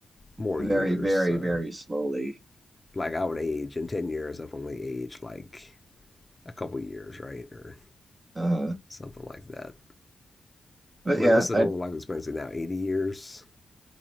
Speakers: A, on the left; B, on the right.
A: more
B: very
A: years.
B: very
A: So
B: very slowly
A: like I would age in 10 years, I've only aged like a couple years, right, or
B: uh
A: something like that.
B: but
A: I
B: yeah
A: mean, what's the
B: i
A: normal life expectancy now? 80 years,